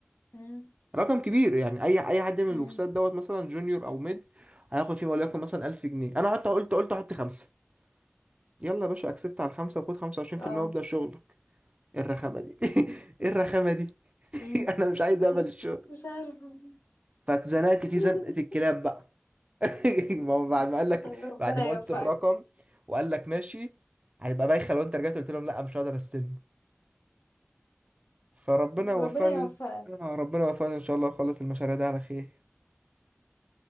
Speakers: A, on the left; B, on the right.
A: مم.
B: رقم كبير يعني اي اي حد من
A: مم.
B: الويب سايت دوت مثلا جونيور او ميد هياخد فيه وليكن مثلا 1000 جنيه انا حتى قلت قلت احط خمسه يلا يا باشا اكسبت على الخمسه وخد 25%
A: اه
B: وابدا شغل ايه الرخامه دي <laughs> ايه الرخامه دي <laughs>
A: مم.
B: انا مش عايز
A: <laughs>
B: اقبل الشغل
A: مش عارفة
B: فاتزنقت في
A: <laughs>
B: زنقه الكلاب بقى <laughs> ما هو بعد ما قال لك
A: ربنا
B: بعد ما قلت
A: يوفقك
B: الرقم
A: بجد
B: وقال لك ماشي هتبقى بايخه لو انت رجعت قلت لهم لا مش هقدر استلم فربنا وفقني
A: ربنا يوفقك
B: إن- آه، ربنا وفقني ان شاء الله اخلص المشاريع دي على خير